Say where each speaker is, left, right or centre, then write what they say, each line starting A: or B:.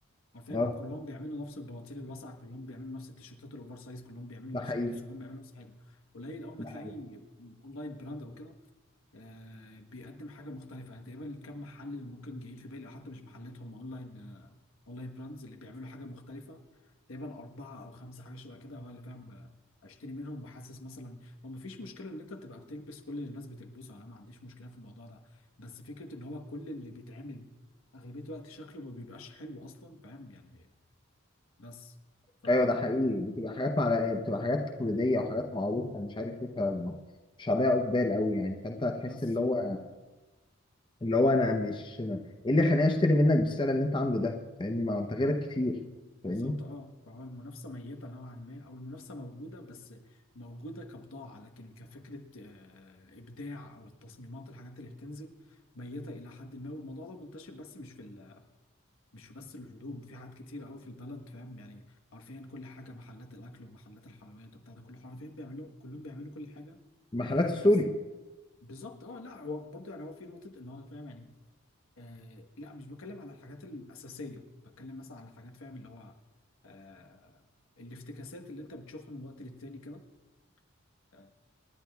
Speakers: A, on the left; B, on the left.
A: حرفيا
B: اه
A: كلهم بيعملوا نفس البناطيل الواسعة كلهم بيعملوا نفس التيشيرتات الأوفر سايز كلهم بيعملوا
B: ده
A: نفس
B: حقيقي
A: الهوديز كلهم بيعملوا نفس الحاجة قليل أول ما
B: ده
A: تلاقي
B: حقيقي
A: أونلاين براند أو كده آه، بيقدم حاجه مختلفه يعني تقريبا الكم محل اللي ممكن جايين في بالي أو حتى مش محلات هم اونلاين آه، اونلاين براندز اللي بيعملوا حاجه مختلفه تقريبا اربعه او خمسه حاجه شبه كده هو اللي فاهم آه، اشتري منهم وحاسس مثلا هو مفيش مشكله ان انت تبقى بتلبس كل اللي الناس بتلبسه انا ما عنديش مشكله في الموضوع ده بس فكره ان هو كل اللي بيتعمل اغلبيه الوقت شكله ما بيبقاش حلو اصلا فاهم يعني بس ف
B: ايوه ده حقيقي بتبقى حاجات مع بتبقى حاجات تقليديه وحاجات معروفه ومش عارف ايه فاهم. مش عليها اقبال قوي يعني فانت هتحس
A: بس
B: اللي هو اللي هو انا مش ايه اللي خلاني اشتري منك بالسعر اللي انت عامله ده فاهمني ما هو انت غيرك كتير فاهمني
A: بالظبط اه فهو المنافسه ميته نوعا ما او المنافسه موجوده بس موجوده كبضاعه لكن كفكره آه، ابداع او التصميمات الحاجات اللي بتنزل ميته الى حد ما والموضوع ده منتشر بس مش في ال- مش في بس الهدوم في حاجات كتير قوي في البلد فاهم يعني حرفيا كل حاجه محلات الاكل ومحلات الحلويات وبتاع ده كله حرفيا بيعملوا كلهم بيعملوا كل حاجه
B: المحلات
A: آه،
B: السوري
A: نفس بالظبط اه لا هو برضه يعني هو في نقطه ان هو فاهم يعني آه لا مش بتكلم على الحاجات الأساسية بتكلم مثلا على حاجات فاهم اللي هو آه الافتكاسات اللي انت بتشوفها من وقت للتاني كده آه